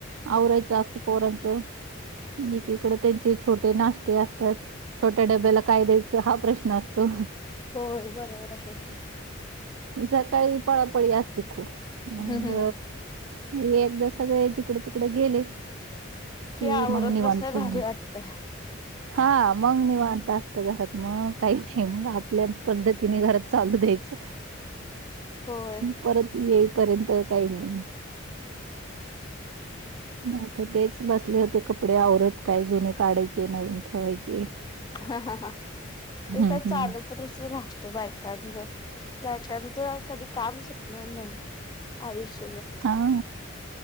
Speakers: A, on the right (about 80°); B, on the left (about 20°).
A: आवरायचं असतं पोरांचं. एकीकडं त्यांचे छोटे नाश्ते असत्यात छोट्या डब्याला काय द्यायच हा प्रश्न अस तो
B: होय बरोबर आहे की.
A: सकाळी पळापळी असते खूप मंग
B: हम्म
A: एकदा सगळे जिकडं तिकडं गेले कि
B: आवरत
A: मग निवांत
B: बसाय भारी
A: असं
B: वाटत
A: हा मग निवांत अस तर घरात मग काही नाही मग आपल्या पद्धतीने घरात चालू द्यायचं.
B: होय
A: परत येईपर्यंत काही नाही नाही तर तेच बसले होते कपडे आवरत काय जुने काढायचे नवीन ठेवायचे.
B: हा हा हा ते
A: हं,
B: काय
A: हं.
B: चाल तरच रा बायकांच बायकांच कधी काम सुटणार नाही आयुष्य
A: हा हा